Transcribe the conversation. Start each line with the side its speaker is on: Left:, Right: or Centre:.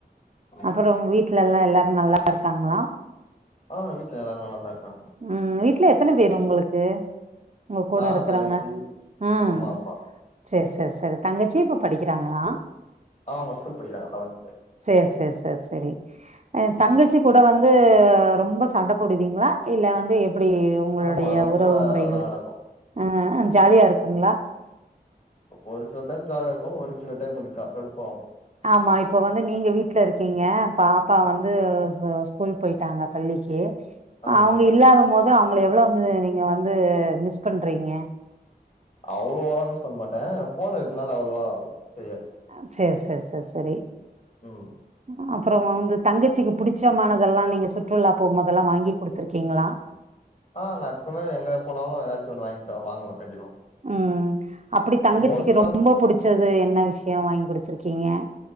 Left: வாங்கனு
Right: அப்புற
Left: ம்
Right: உங் வீட்ல எல்லா எல்லாரு நல்லா ருக்காங்ளா
Left: ஆ வீட்ல எல்லாரு நல்லா தா இருக்காங்க
Right: ம் வீட்ல எத்தன பேரு உங்குளுக்கு உங்க கூட
Left: நா
Right: இருக்கிறவங்க
Left: தங்கச்சி
Right: ம்
Left: அம்மா அப்பா
Right: செரி செரி செரி தங்கச்சி இப்ப படிக்கிறாங்களா
Left: ஆ அவங்க ஸ்கூல் படிக்கறாங்க லெவன்த்
Right: சேரி சேரி சேரி சேரி ஆ
Left: ம்
Right: தங்கச் கச்சி கூட வந்து ரொம்ப சண்ட போடுவீங்களா இல்ல வந்து எப்டி உங்குளுடைய
Left: ஆமா ரொம்ப
Right: உறவு முறைகள்
Left: அதெல்லா நடக்கு
Right: ஆ ஜாலியா இருக்குங்களா
Left: ஒரு சில டைம் ஜாலியா இருக்கு ஒரு சில டைம் கொஞ்சோ க கடுப்பாவு
Right: ஆமா இப்ப வந்து நீங்க வீட்ல இருக்கீங்க பாப்பா வந்து ஸ்கூல் போய்ட் டாங்க பள்ளிக்கு
Left: ஆமா
Right: அவுங்க
Left: ஆமா
Right: இல்லாத மோது அவுங்ள எவ்வள வந்து நீங்க வந்து மிஸ் பண்றீங்க
Left: அவ்ளவால்லா மிஸ் பண்ண மாட்டே ஃபோன் இருக்குனால அவ்ளவா தெரியாது
Right: ஆ சேர் சேர் சேர் செரி
Left: ம்
Right: அப் அப்றோ வந்து தங்கச்சிக்கு புடிச்சமானதெல்லா நீங்க சுற்றுலா போம்மோதெல்லா வாங்கி குடுத்துருக்கீங்களா
Left: ஆ நா எப்பமே எங்க போனாலு ஏதாச்சு ஒன்னு வாங்கிட்டு தா வாங்குவே கண்டிப்பா
Right: ம் அப்டி தங்கச்சிக்கு
Left: மோஸ்ட்டா
Right: ரொம்ப புடிச்சது என்ன விஷயோ வாங்கி குடுத்துருக்கீங்க